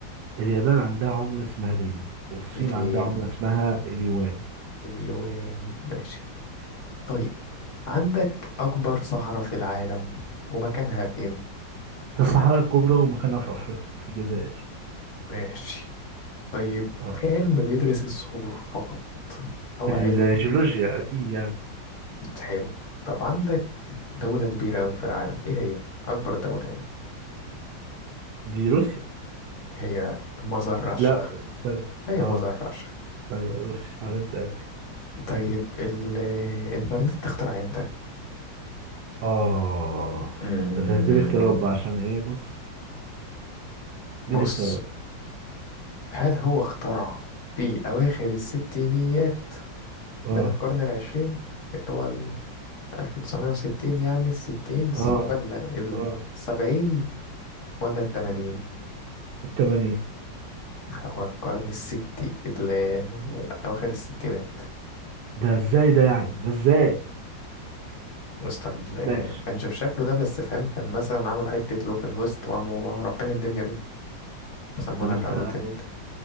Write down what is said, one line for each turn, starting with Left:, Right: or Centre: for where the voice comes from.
Right: اليابان عندها عملة اسمها الين والصين
Left: الين
Right: عندها عملة اسمها اليوان
Left: اليوان ماشي طيب عندك أكبر صحراء في العالم ومكانها فين؟
Right: ده الصحراء الكبرى ومكانها في أفريقيا في الجزائر
Left: ماشي طيب
Right: اه
Left: في علم بيدرس الصخور فقط هو
Right: الجيولوجيا
Left: علم
Right: أكيد يعني
Left: حلو طب عندك دولة كبيرة أوي في العالم إيه هي؟ أكبر دولة يعني
Right: دي روسيا
Left: هي مزر رشع
Right: لا استنى
Left: هي
Right: اه
Left: ما ذرعش
Right: أيوة روسيا حبيبة قلبي
Left: طيب الإنترنت اخترع امتى؟
Right: اه
Left: أمم،
Right: ده ده اديني اختيارات بقى عشان ايه بص
Left: بص
Right: اديني اختيارات
Left: هل هو اخترع في أواخر الستينيات
Right: اه
Left: من القرن العشرين اللي هو ألف تسعمية وستين يعني الستينز
Right: اه
Left: ولا
Right: اه
Left: السبعين ولا التمانين
Right: التمانين
Left: هو القرن الستي ال- أواخر الستينات
Right: ده ازاي ده يعني ده ازاي
Left: وصل ال-
Right: ماشي
Left: كانش بشكله ده بس فاهم كان مثلا عملوا حتة لوكال هوست وقاموا رافعين الدنيا بيه فسمونا
Right: طب انت
Left: كمان الإنترنت.